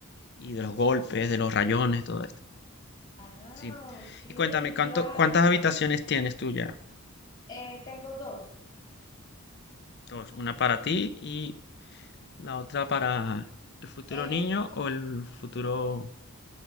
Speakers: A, on the left; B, on the left.
A: y de los golpes, de los rayones, todo eso.
B: ah,
A: Sí.
B: ok,
A: Y cuéntame, ¿cuánto,
B: claro.
A: cuántas habitaciones tienes tú ya?
B: Eh, tengo dos.
A: Dos, una para ti y la otra para el futuro
B: El,
A: niño o el futuro...